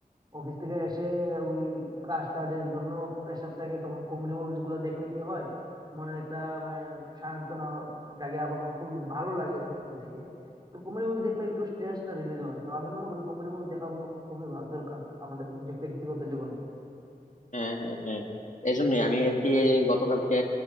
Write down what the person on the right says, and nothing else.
অফিস থেকে এসে ওই কাজ টাজের জন্য প্রেশার থাকে তখন কমেডি মুভি গুলো দেখলে কি হয় মনে একটা মানে সান্ত্বনা হ- জাগে এবং খুব ভালো লাগে মন থেকে তো কমেডি মুভি দেখলে একটু স্ট্রেসটা রিলিজ হয় তো আমি মনে করি কমেডি মুভি দেখাগুলো খুবই ভালো দরকার আমাদের যে ব্যক্তিগত জীবনে